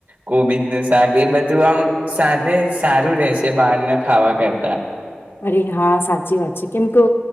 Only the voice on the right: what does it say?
કોબીજ ન શાક એ બધું આમ સાથે સારું રહેશે બહારને ખાવા કરતા